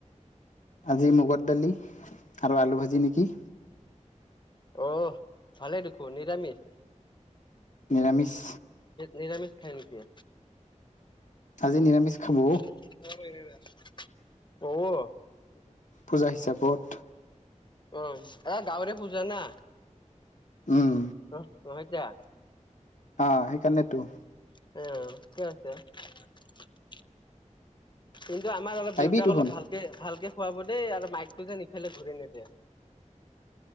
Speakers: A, on the left; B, on the left.
A: আজি মগৰ দালি আৰু আলু ভাজি নেকি।
B: অ ভালে দেখো নিৰামিষ।
A: নিৰামিষ।
B: নিৰামিষ খায় নেকি?
A: আজি নিৰামিষ খাব।
B: <unintelligible>
A: পূজা হিচাপত
B: উ, এ গাৱৰে পূজা না।
A: উম
B: অ, এতিয়া
A: অ, সেইকাৰণেতো।
B: <unintelligible> কিন্তু আমাৰ অলপ
A: আহিবি
B: দেউতাক
A: তোহোন
B: অলপ ভালকে- ভালকে খোৱাব দেই আৰু মাইকটো যেন ইফালে ঘূৰি নিদিয়ে।